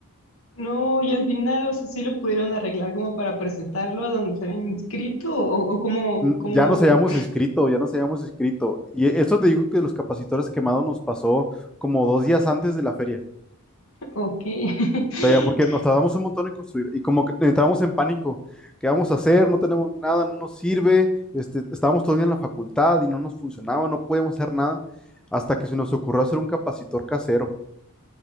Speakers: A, on the left; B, in the centre.
A: no, y al final, o sea, sí lo pudieron arreglar como para presentarlo a donde se habían inscrito o, o como,
B: Mm,
A: como,
B: Ya nos habíamos inscrito, ya nos habíamos inscrito. Y esto te digo que los capacitores quemados nos pasó como dos días antes de la feria.
A: <laughs> ok. <laughs>
B: sea, ya porque nos tardamos un montón en construir y como que entramos en pánico, ¿qué vamos a hacer? No tenemos nada, no nos sirve, este, estábamos todavía en la facultad y no nos funcionaba, no podíamos hacer nada, hasta que se nos ocurrió hacer un capacitor casero.